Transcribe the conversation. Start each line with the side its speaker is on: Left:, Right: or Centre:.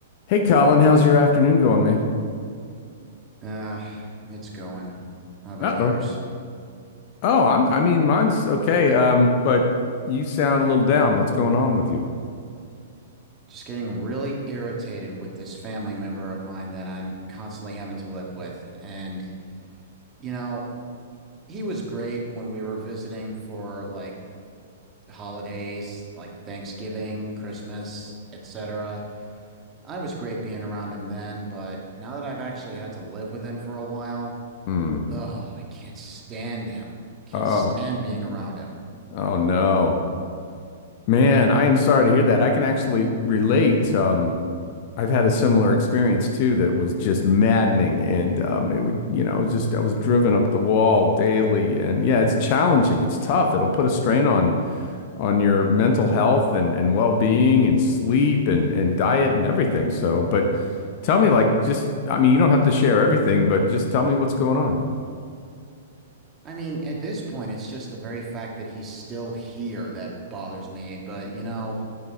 Left: Hey Colin, how's your afternoon going, man?
Right: Ah, it's going. How about
Left: Uh-oh.
Right: yours?
Left: Oh, I'm, I mean, mine's okay. Um, but you sound a little down. What's going on with you?
Right: Just getting really irritated with this family member of mine that I'm constantly having to live with. And, you know, he was great when we were visiting for like holidays, like Thanksgiving, Christmas, etc. I was great being around him then, but now that I've actually had to live with him for a while,
Left: Hmm.
Right: oh, I can't stand him. Can't
Left: Oh,
Right: stand being around him.
Left: oh no. Man, I am sorry to hear that. I can actually relate. Um, I've had a similar experience too that was just maddening and um it would, you know, just I was driven up the wall daily and yeah, it's challenging. It's tough. It'll put a strain on on your mental health and, and well-being and sleep and, and diet and everything. So, but tell me like just I mean you don't have to share everything, but just tell me what's going
Right: I mean, at this point, it's just the very fact that he's still here that bothers me. But you know,